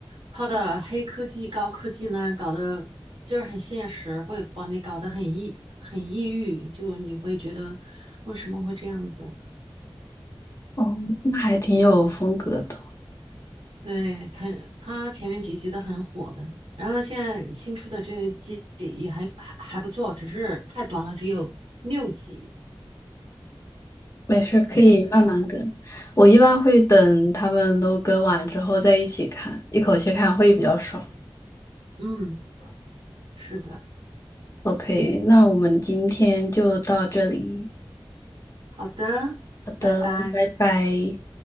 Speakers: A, on the right; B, on the left.
A: 它的黑科技、高科技呢，搞得就是很现实，会把你搞得很抑、很抑郁，就你会觉得为什么会这样子？
B: 哦，那还挺有风格的。
A: 对，它它前面几集都很火的，然后现在新出的这一季也还还还不错，只是太短了，只有六集，
B: 没事，可以慢慢跟。
A: 我全部看完。
B: 我一般会等他们都跟完之后再一起看，一口气看会比较爽。
A: 嗯，是的。
B: OK，那我们今天就到这里。
A: 好的，
B: 好的，
A: 拜拜。
B: 拜拜。